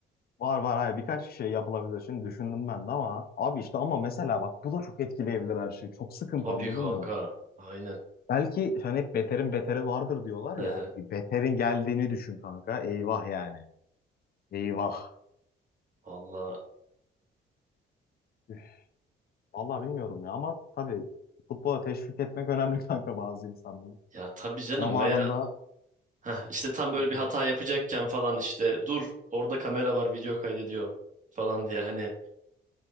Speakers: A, on the left (about 50°); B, on the right (about 40°).
A: Var var hayır birkaç şey yapılabilir. Şimdi düşündüm ben de ama abi işte ama mesela bak bu da çok etkileyebilir her şeyi. Çok sıkıntı
B: Tabii
A: anladın
B: kanka.
A: mı?
B: Aynen.
A: Belki hani hep beterin beteri vardır diyorlar
B: Hı
A: ya.
B: hı.
A: Bir beterin geldiğini düşün kanka. Eyvah yani. Eyvah.
B: Vallahi
A: Üf, Vallahi bilmiyorum ya ama tabii futbola teşvik etmek önemli <laughs> kanka bazı insanları.
B: ya tabii canım
A: Zamanında
B: veya heh, işte tam böyle
A: evet,
B: bir
A: evet.
B: hata yapacakken falan işte dur orada kamera var video kaydediyor falan diye hani